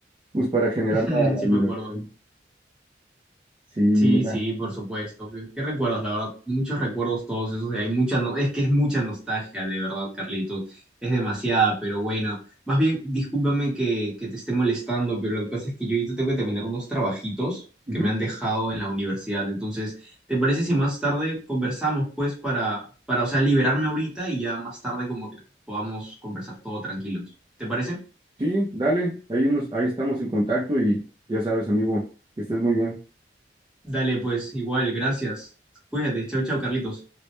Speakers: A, on the right (about 25°); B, in the centre.
A: pues, para generar
B: <laughs>
A: la,
B: Sí
A: la diversión.
B: me acuerdo.
A: Sí,
B: Sí,
A: era.
B: sí, por supuesto. ¿Qué, qué recuerdos? La verdad, muchos recuerdos todos esos. y Hay mucha, no, es que es mucha nostalgia, de verdad, Carlitos. Es demasiada, pero bueno. Más bien, discúlpame que, que te esté molestando, pero lo que pasa es que yo ahorita tengo que terminar unos trabajitos
A: Ujú.
B: que me han dejado en la universidad. Entonces, ¿te parece si más tarde conversamos, pues, para, para, o sea, liberarme ahorita y ya más tarde como que podamos conversar todo tranquilos? ¿Te parece?
A: Sí, dale, ahí, nos, ahí estamos en contacto y ya sabes, amigo, que estés muy bien.
B: Dale, pues, igual, gracias. Cuídate. Chau, chau, Carlitos.